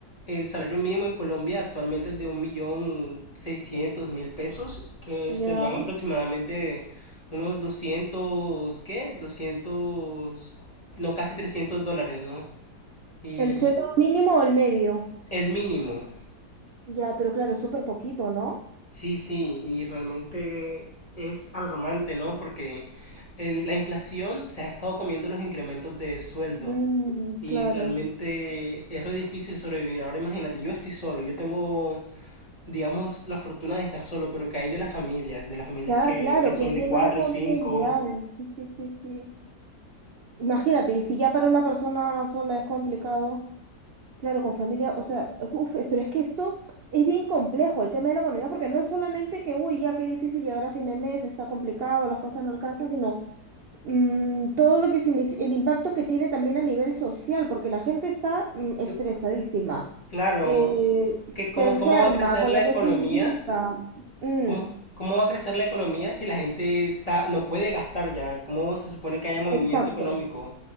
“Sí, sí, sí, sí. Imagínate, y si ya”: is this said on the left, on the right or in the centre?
Right